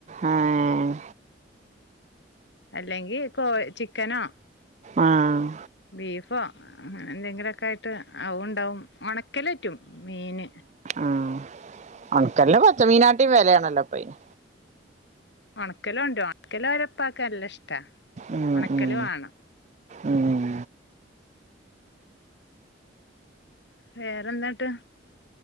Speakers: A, on the right (about 40°); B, on the left (about 65°).
A: അഏഹ്
B: അല്ലെങ്കി കോയ് ചിക്കനോ.
A: ആഹ്
B: ബീഫോ എന്തെങ്കിലൊക്കായിട്ട് അതു ണ്ടാവും. ഒണക്കലറ്റും മീന്.
A: ആഹ് ഒൺക്കൽന് പച്ചമീനാട്ടിലും വെലേണല്ലോ ഇപ്പയ്ന്.
B: ഉണക്കലൊണ്ട്രും. ഉണക്കലോലെപ്പാക്ക് നല്ലഷ് ട്ടാ.
A: ഉം
B: ഒണക്കല്
A: ഉം
B: വാണം.
A: ഉം
B: വേറെന്താ ട്ട്.